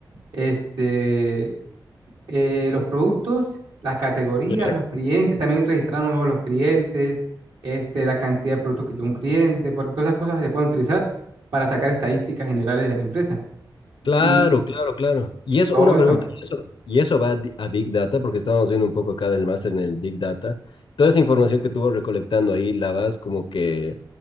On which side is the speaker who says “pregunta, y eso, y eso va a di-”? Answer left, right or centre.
Left